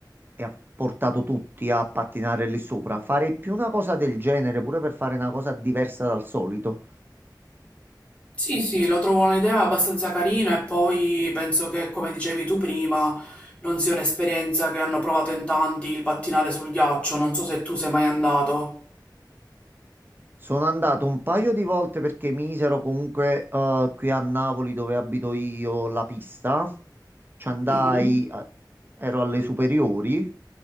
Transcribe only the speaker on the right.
e ha portato tutti a pattinare lì sopra, fare più una cosa del genere pure per fare una cosa diversa dal solito.
Sono andato un paio di volte perché misero comunque eh, qui a Napoli dove abito io la pista. Ci andai,
eh, ero alle superiori.